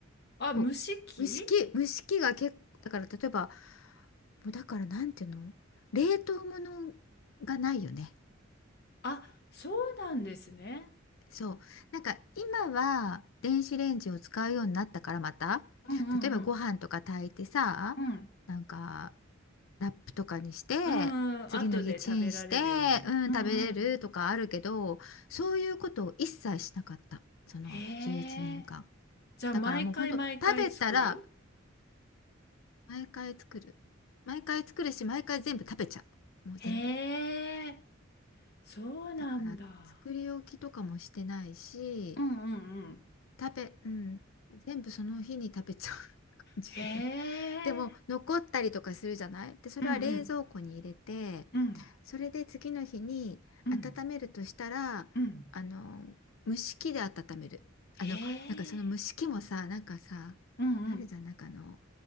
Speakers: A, on the left; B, on the left.
A: あ、
B: そう蒸し器蒸し器が結構だから例えば
A: 蒸し器
B: もうだからなんていうの冷凍物がないよね
A: あ、そうなんですね。
B: そうなんか今は電子レンジを使うようになったからまた
A: うんうん
B: 例えばご飯とか炊いてさなんか
A: うん。うん。
B: ラップとかにして次の日チンしてうん食べれるとかあるけどそういうことを一切しなかったその11年間
A: うんうん、後で食べられるように。うんうん。へえ。じゃあ、
B: だからもうほんと食べたら
A: 毎回毎回作る
B: 毎回作る毎回作るし毎回全部食べちゃうもう全部
A: へえ。そうなんだ。
B: だから作り置きとかもしてないし
A: うんうんうん。
B: 食べうん全部その日に食べちゃう感じで
A: へ
B: でも残ったりとかするじゃないでそれは冷蔵庫に入れて
A: え。うんうんうん
B: それで次の日に温めるとしたらあの蒸し器で温めるあのなんかその蒸し器もさなんかさあるじゃんなんかあの
A: うんうんへえ。うんうん